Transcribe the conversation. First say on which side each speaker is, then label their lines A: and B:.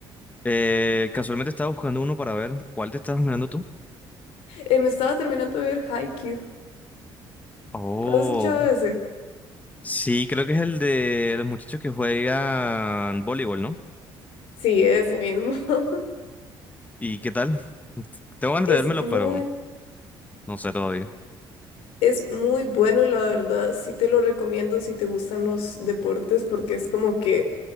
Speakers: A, on the left (about 15°); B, on the left (about 90°).
A: Eh, casualmente estaba buscando uno para ver cuál te estabas mirando tú.
B: Eh, me estaba terminando de ver Haikyuu.
A: Oh,
B: ¿Has escuchado de ese?
A: sí, creo que es el de los muchachos que juegan voleibol, ¿no?
B: Sí, ese mismo. <laughs>
A: ¿Y qué tal? Tengo ganas
B: Es
A: de vérmelo,
B: muy,
A: pero no sé todavía.
B: es muy bueno, la verdad. Sí te lo recomiendo si te gustan los deportes, porque es como que